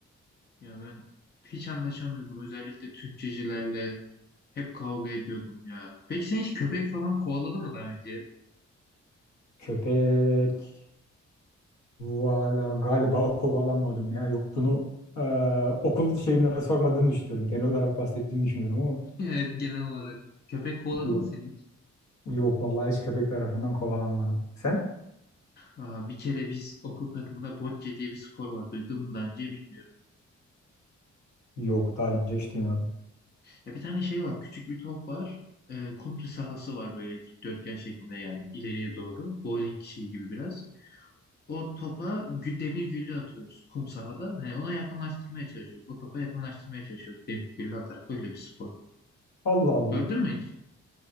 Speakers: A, on the left; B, on the left.
A: Ya ben hiç anlaşamıyordum. Özellikle Türkçecilerle hep kavga ediyordum ya. Peki sen hiç köpek falan kovaladı mı daha önce?
B: Köpek. Valla galiba kovalanmadım ya. Yok bunu e, okul şeyine sormadığını düşünüyorum. Genel olarak bahsettiğini düşünüyorum ama
A: <laughs> Evet, genel olarak. Köpek kovaladı
B: yok.
A: mı seni hiç?
B: Yok vallahi hiç köpek tarafından kovalanmadım. Sen?
A: Aa, bir kere biz okul takımında bocce diye bir spor var. Duydun mu daha önce bilmiyorum.
B: Yok daha önce hiç duymadım.
A: Ya bir tane şey var. Küçük bir top var. Ee, komple sahası var böyle dikdörtgen şeklinde yani ileriye doğru. Bowling şeyi gibi biraz. O topa gü- demir güllü atıyoruz kum sahada. Hani ona yakınlaştırmaya çalışıyoruz. O topa yakınlaştırmaya çalışıyoruz. Demir güllü atarak böyle bir spor.
B: Allah Allah.
A: Gördün mü hiç?